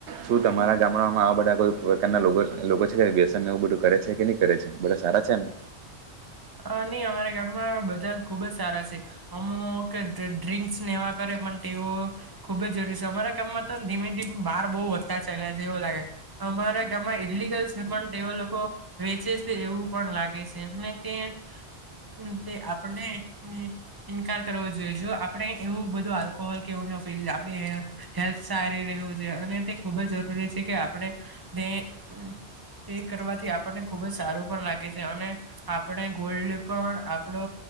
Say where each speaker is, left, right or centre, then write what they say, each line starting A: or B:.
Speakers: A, on the right; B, on the right.
A: શું તમારા ગામડામાં આવા બધા કોઈ પ્રકારના લોકો આ લોકો છે વ્યસનને એવું બધું કરે છે કે ની કરે છે? બધા સારા છે એમ?
B: અ ની અમારા ગામમાં બધા ખુબ જ સારા છે. અમુક ઢ-ઢ-ડ્રિંક્સ ને એવા કરે. પણ ટેઓ ખુબ જરૂરી છે. અમારા કામમાં તો ધીમે ધીમે બાર બો વધતા ચાલ્યા છે એવું લાગે. અમારા ગામમાં ઈડલીગલ છે પણ તેઓ લોકો વેચે છે એવું પણ લાગે છે ને તે અમ તે આપણને અન અન ઇન્કાર કરવો જોઈએ. જો આપણે એવું બધું આલ્કોહોલ કે એવું ફીલ આપડી હે-હેલ્થ સારી રહેવું જોઈએ અને તે ખુબ જરૂરી છે કે આપણે ને અમ તે કરવાથી આપણને ખુબ જ સારું પણ લાગે છે અને આપણે ગોલ્ડ પણ આપણો